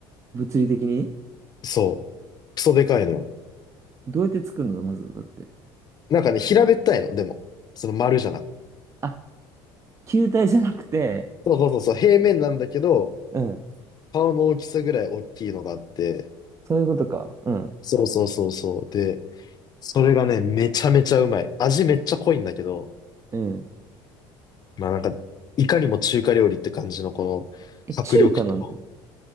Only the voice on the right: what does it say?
物理的に
どうやって作るのまず、だって。
あ、球体じゃなくて、
うん。
そういうことか。うん。
うん。
え、中華なの